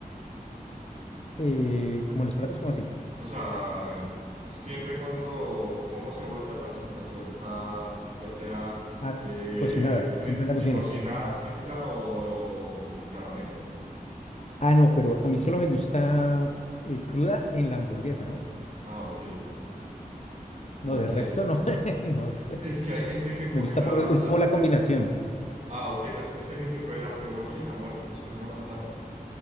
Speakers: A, on the left; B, on the right.
A: eh, como los platos, como así.
B: O sea, siempre cuando como cebolla, la, ce- la cebolla está ya sea
A: Ah,
B: eh,
A: cocinada,
B: frit-
A: siempre la
B: si
A: cocinas.
B: cocinada, frita o, o con caramelo.
A: Ah, no, pero a mí solo me gusta eh, cruda en la hamburguesa, ¿no?
B: Ah, ok.
A: No,
B: Ok.
A: de resto no. <laughs> No, es,
B: Es que hay gente que coge
A: me gusta
B: la,
A: por, es
B: la
A: como
B: ce-
A: la combinación.
B: Ah, ok. ya- Es que hay gente que coge la cebolla y la muerde como si fuera una manzana.